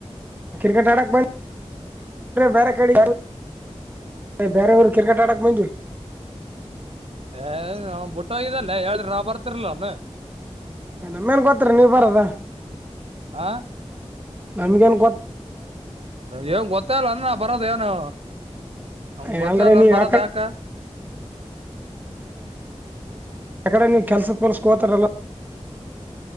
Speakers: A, on the right; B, on the right.
A: ಕ್ರಿಕೆಟ್ ಆಡಕ್ ಬಂದೆ ಬೇರೆ ಕಡೆ ಏ್ ಬೇರೆಯವರು ಕ್ರಿಕೆಟ್ ಆಡಕ್ ಮುಂದ್ವಿ
B: ಏ ನಾವ ಬಿುಟ್ಟೋಗ್ದಲ್ಲ ಹೇಳ್ರಿ ನಾವ ಬರ್ತಿರ್ಲ ಒನು
A: ಏ ನಮ್ಮೇನ್ ಗೊತ್ತರಿ ನೀವ ಬರದ
B: ಆ
A: ನನ್ಗೆನ್
B: ಏನ್ ಗೊತ್ತಲ್ಲ ಅಂದ ಬರೋದ ಏನು ನಮ್ಗ್
A: ಯಳರ
B: ಗೊತ್ತೇ ಇಲ್ಲ
A: ನೀ
B: ಅನ್
A: ಯಕ
B: ಬರೋದ್ ಯಾಕ
A: ಅಕಡೆಮ ಕೆಲ್ಸ ಪೋಲಸ್ಕೋತಾರಲ್ಲ